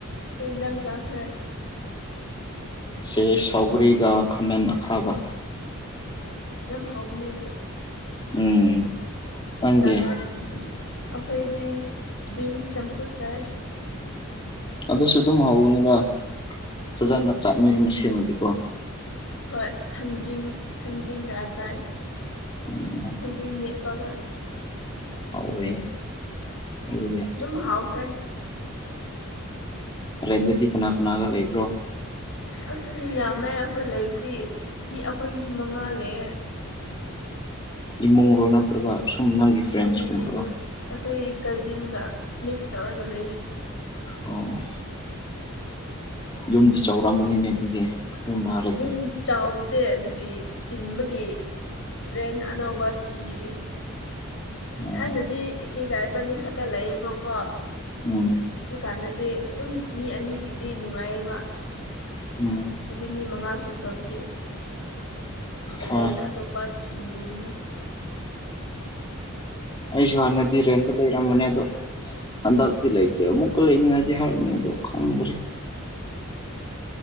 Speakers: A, on the left (about 60°); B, on the left (about 20°).
A: ꯀꯦꯟꯖꯥꯡ ꯆꯥꯈ꯭ꯔꯦ
B: ꯁꯦ ꯁꯥꯎꯒ꯭ꯔꯤꯒ ꯈꯥꯃꯦꯟ ꯑꯈꯥꯕ
A: ꯌꯦꯝ ꯍꯥꯎꯕꯅꯦ ꯑꯗꯨꯗꯨ
B: ꯎꯝ ꯅꯪꯗꯤ
A: ꯆꯥꯟꯅꯕꯅꯦ ꯑꯩꯈꯣꯏꯗꯤ ꯕꯤꯟꯁ ꯆꯝꯐꯨꯠ ꯁꯥꯏ
B: ꯑꯗꯨꯁꯨ ꯑꯗꯨꯝ ꯍꯧꯕꯅꯤꯗ ꯐꯖꯅ ꯆꯠꯅꯤꯡ ꯃ ꯁꯦꯝꯃꯗꯤ
A: ꯍꯣꯏ ꯊꯥꯡꯖꯤꯡ ꯊꯥꯡꯖꯤꯡꯒ ꯆꯥꯏ
B: ꯎꯝ
A: ꯊꯥꯡꯖꯤꯡ ꯃꯦꯠꯄꯒ
B: ꯍꯧꯥꯎꯔꯌꯦ ꯑꯗꯨꯒꯤ
A: ꯑꯗꯨꯝ ꯍꯥꯎꯈ꯭ꯔꯦ
B: ꯍꯔꯦꯟꯗꯗꯤ ꯀꯅꯥ ꯀꯅꯥꯒ ꯂꯩꯕ꯭ꯔꯣ
A: ꯑꯁ ꯃꯤ ꯌꯥꯝꯃꯦ ꯑꯩꯈꯣꯏ ꯂꯩꯕꯨꯗꯤ ꯃꯤ ꯑꯩꯈꯣꯏ ꯃꯤ ꯃꯉꯥ ꯂꯩꯌꯦ
B: ꯏꯃꯨꯡꯔꯣ ꯅꯠꯇ꯭ꯔꯒ ꯁꯨꯝ ꯅꯪꯒꯤ ꯐ꯭ꯔꯦꯟꯁꯀꯨꯝꯕ꯭ꯔꯣ
A: ꯎꯝ ꯑꯩꯈꯣꯏ ꯀꯖꯤꯟꯒ ꯃꯤꯛꯁ ꯇꯧꯔꯒ ꯂꯩꯌꯦ
B: ꯑꯣ ꯌꯨꯝꯗ ꯆꯥꯎꯔꯛꯝꯕꯅꯤꯅꯦ ꯑꯗꯨꯗꯤ ꯌꯨꯝ ꯚꯔꯥꯗꯤ
A: ꯌꯨꯝ ꯆꯥꯎꯗꯦ ꯑꯗꯨꯒꯤ ꯆꯤꯟꯕꯒꯤ ꯔꯦꯟ ꯑꯅꯧꯕ ꯊꯤꯔꯤ
B: ꯑꯣ
A: ꯊꯥꯏꯅꯗꯤ ꯏꯆꯦꯒꯥꯏꯕꯅꯤ ꯈꯛꯇ ꯂꯩꯌꯦꯕꯀꯣ
B: ꯎꯝ
A: ꯑꯗꯨꯀꯥꯟꯗꯗꯤ ꯑꯗꯨꯝ ꯃꯤ ꯑꯅꯤꯒꯤꯗꯤ ꯅꯨꯡꯉꯥꯏꯌꯦꯕ
B: ꯎꯝ
A: ꯍꯧꯖꯤꯛ ꯃꯤ ꯃꯉꯥ ꯁꯨꯈ꯭ꯔꯕꯒꯤ
B: ꯍꯣꯏ
A: ꯔꯦꯟ ꯑꯇꯣꯞꯄ ꯊꯤꯔꯤꯕꯅꯦ
B: ꯑꯩꯁꯨ ꯍꯥꯟꯅꯗꯤꯔꯦꯝꯇ ꯂꯩꯔꯝꯃꯅꯦ ꯑꯗꯣ ꯍꯟꯗꯛꯇꯤ ꯂꯩꯇꯦ ꯑꯃꯨꯛꯀ ꯂꯩꯅꯤꯡꯉꯥꯏꯗꯤ ꯍꯥꯏꯕꯅꯤ ꯑꯗꯣ ꯈꯪꯗ꯭ꯔꯔꯤ